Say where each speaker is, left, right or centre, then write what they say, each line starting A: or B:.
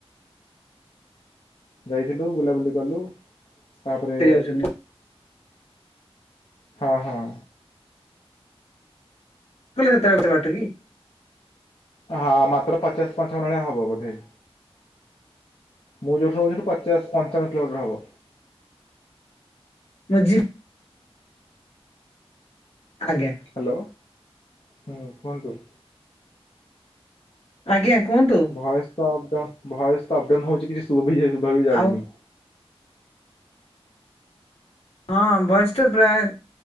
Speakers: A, on the left (about 60°); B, on the left (about 85°).
A: ଯାଇଥିଲୁ ବୁଲାବୁଲି କଲୁ ତାପରେ
B: ଯାଉଛନ୍ତି
A: ହଁ ହଁ।
B: ମୁଁ କହିଲି ସେତେବେଳେ ଗୋଟେ ବାଟ କି?
A: ହଁ ମାତ୍ର ପଚାଶ ପାଞ୍ଚାବନ ହବ ବୋଧେ? ମୁଁ ଯେଉଁଠି ରହୁଛି ପଚାଶ ପଞ୍ଚାବନ କିଲୋମିଟର ହବ।
B: ମୁଁ ଜିପ୍ ଆଜ୍ଞା
A: ହାଲୋ ହ କୁହନ୍ତୁ?
B: ଆଜ୍ଞା କୁହନ୍ତୁ
A: ଭଏସ୍ ତ ଅବଡାଉନ୍ ଭଏସ୍ ତ ଅବଡାଉନ୍ ହେଉଛି କିଛି ଶୁଭା ବି ଯାଉନି।
B: ଆଉ ହଁ ଭଏସ୍ ଟା ପ୍ରଏ